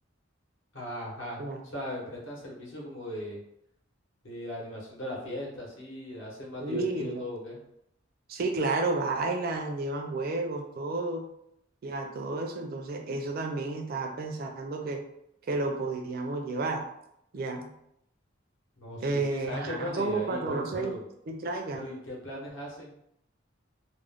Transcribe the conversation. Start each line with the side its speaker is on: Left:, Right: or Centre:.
Left: ajá,
Right: Ya.
Left: ¿sabes? Prestan servicio como de, de animación de la fiesta, así, hacen más
Right: Y-
Left: divertido todo, ¿qué?
Right: Sí, claro, bailan, llevan juegos, todo, ya todo eso. Entonces, eso también estaba pensando que, que lo podíamos llevar, ya.
Left: No,
Right: Eh,
Left: sí, sí, sabes
Right: ajá,
Left: qué buena
Right: como
Left: idea,
Right: para
Left: y
Right: que
Left: pero,
Right: uno se
Left: pero,
Right: distraiga.
Left: pero, ¿y qué planes hacen?